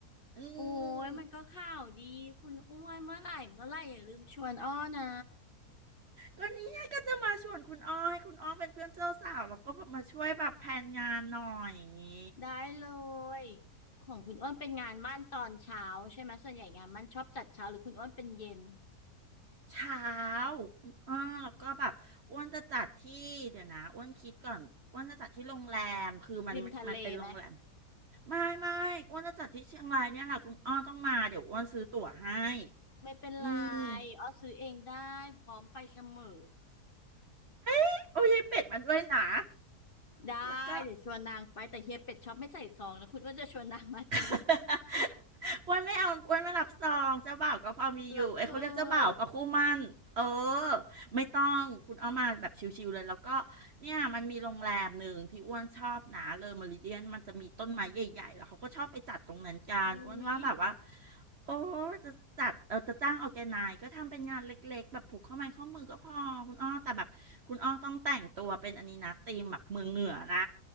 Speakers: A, on the right; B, on the left.
A: อื
B: โอ้ยมันก็ข่าวดีคุณอ้วนเมื่อไหร่เมื่อไหร่อย่าลืมชวนอ้อนะ
A: มก็เนี่ยก็จะมาชวนคุณอ้อให้คุณอ้อเป็นเพื่อนเจ้าสาวแล้วก็แบบมาช่วยแบบแผนงานหน่อยอย่างนี้
B: ได้เลยของคุณอ้วนเป็นงานมั่นตอนเช้าใช่ไหมส่วนใหญ่งานมั่นชอบจัดเช้าหรือคุณอ้วนเป็นเย็น
A: เช้าอ่าแล้วก็แบบอ้วนจะจัดที่ เดี๋ยวนะอ้วนคิดก่อนอ้วนจะจัดที่โรงแรม คือมันมันมันเป็นโรงแรม
B: ริมทะเลไหม
A: ไม่ไม่อ้วนจะจัดที่เชียงรายเนี่ยแหละคุณอ้อต้องมา เดี๋ยวอ้วนซื้อตั๋วให้
B: ไม่เป็นไร
A: อืม
B: อ้อซื้อเองได้พร้อมไปเสมอ
A: <laughs> โอ้ยายเป็ดมาด้วยนะ
B: ได้เดี๋ยวชวนนางไปแต่เฮียเป็ดชอบไม่ใส่ซองนะคุณอ้วนจะชวนนางมาจริงเหรอ
A: แล้วก็ <laughs> อ้วันไม่เอาอ้วันไม่รับซองเจ้าบ่าวก็พอมีอยู่เอ้ยเขาเรียกเจ้าบ่าวปะคู่หมั่นเออ
B: รับเพอ
A: ไม่ต้องคุณเอามาแบบชิวๆเลยแล้วก็เนี่ยมันมีโรงแรมหนึ่งที่อ้วนชอบนะเลอเมริเดียนมันจะมีต้นไม้ใหญ่ๆแล้วเขาก็ชอบไปจัดตรงนั้นกันอ้วนว่าแบบว่า
B: อุ๊ย
A: โอ้จะจัดเออจะจ้างออแกไนก็ทำเป็นงานเล็กๆแบบผูกข้อไม้ข้อมือก็พอคุณอ้อแต่แบบคุณอ้อต้องแต่งตัวเป็นอันนี้นะธีมแบบเมืองเหนือนะ